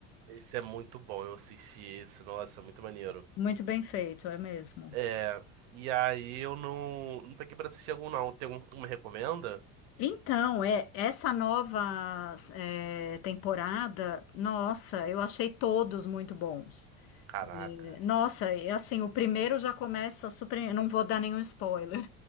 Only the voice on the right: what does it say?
Esse é muito bom, eu assisti esse, nossa, muito maneiro.
É, e aí eu não, não peguei pra assistir algum não. Tem algum que tu me recomenda?
Caraca.